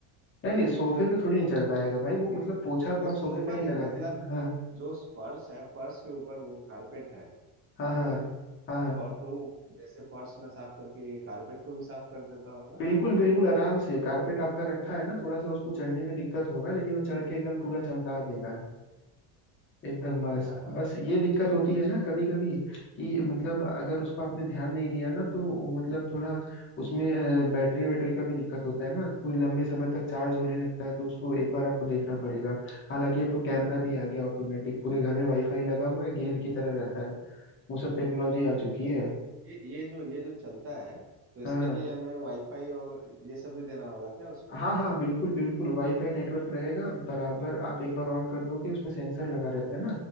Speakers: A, on the left; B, on the right.
A: नहीं नहीं सोफे पे थोड़ी नहीं चढ़ पाएगा भाई वो मतलब पोछा
B: नहीं
A: तो आप
B: सोफा
A: सोफे पे नहीं
B: नहीं
A: लगाते
B: मतलब
A: ना हाँ
B: जो फर्श है फर्श के ऊपर वो कारपेट है समझ
A: हाँ हाँ
B: गए
A: हाँ हाँ
B: और तो जैसे फर्श ना साफ करके ये कारपेट को भी साफ कर देता होगा
A: बिल्कुल बिल्कुल आराम से कारपेट आपका रखा है ना थोड़ा सा उसको चढ़ने में दिक्कत होगा लेकिन वो चढ़ के एकदम पूरा चमका देगा एकदम मस्त
B: क्या बात
A: बस ये दिक्कत होती है ना कभी कभी कि मतलब अगर उसको आपने ध्यान नहीं दिया ना तो वो मतलब थोड़ा उसमें अ, बैटरी वैटरी का भी दिक्कत होता है ना कोई लंबे समय तक चार्ज होने लगता है तो उसको एक बार आपको देखना पड़ेगा हालांकि अब तो कैमरा भी आ गया ऑटोमेटिक पूरे घर में वाईफाई लगा हुआ है गेंद की तरह रहता है वो सब टेक्नोलॉजी आ चुकी है
B: ये ये जो ये जो चलता है तो इसके
A: हाँ हाँ
B: लिए हमें वाईफाई और ये सब भी देना होगा क्या उसको
A: हाँ हाँ बिल्कुल बिल्कुल वाईफाई नेटवर्क रहेगा बराबर आप एक बार ऑन कर दोगे उसमें सेंसर लगा रहता है ना